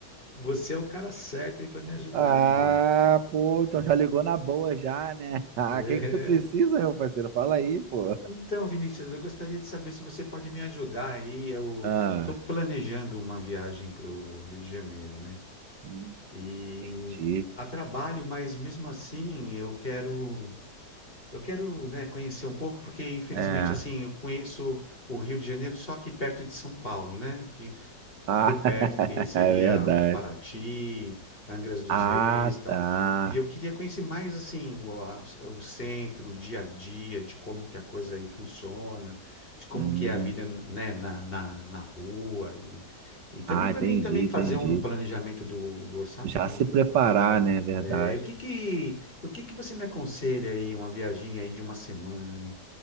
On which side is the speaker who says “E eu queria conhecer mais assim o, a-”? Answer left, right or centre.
Left